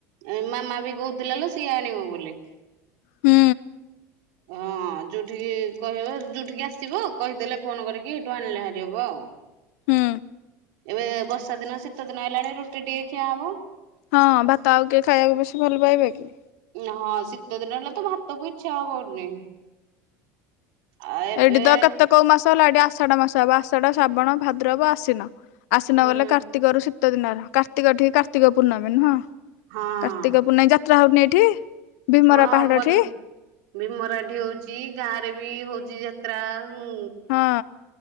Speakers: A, on the right; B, on the left.
A: ଏ ମାମା ବି କହୁଥିଲେ ଲୋ ସିଏ ଆଣିବ ବୋଲି।
B: ହୁଁ।
A: ହଁ। ଆଉ ଯୋଉଠିକି କହିବ ଯୋଉଠିକି ଆସିବ କହିଦେଲେ ଫୋନ କରିକି ସେଇଠୁ ଆଣିଲେ ହାରି ହବ ଆଉ।
B: ହୁଁ।
A: ଏବେ ବର୍ଷା ଦିନ ଶୀତ ଦିନ ହେଲାଣି ରୁଟି ଟିକେ ଖିଆ ହବ।
B: ହଁ ଭାତ ଆଉ କି ଖାଇବାକୁ ବେଶ ଭଲ ପାଇବେ କି?
A: ହଁ ଶୀତଦିନ ହେଲେ ତ ଭାତକୁ ଇଚ୍ଛା ହବନି। ଆଉ ଏବେ
B: ଏଠି ତ କେତେ କୋଉ ମାସ ହେଲା ଆଡେ ଆସ ଆଷାଢ ମାସ ହବ ଆଷାଢ ଶ୍ରାବଣ ଭାଦ୍ରବ ଆସିନ ଆସିନ
A: ହୁଁ
B: ଗଲେ କାର୍ତ୍ତିକରୁ ଶୀତ ଶୀତ ଦିନର କାର୍ତ୍ତିକ ଟଠିକି କାର୍ତ୍ତିକ ପୂର୍ଣ୍ଣମୀ ନୁହଁ
A: ହଁ
B: କାର୍ତ୍ତିକ ପୂର୍ଣ୍ଣମୀ ଯାତ୍ରା ହଉନି ଏଠି? ଭୀମରା
A: ହଁ
B: ପାହାଡ
A: ବି
B: ଠି
A: ମରାଠି ହଉଛି ଗାଁରେ ବି ହଉଛି ଯାତ୍ରା। ଉଁ
B: ହଁ।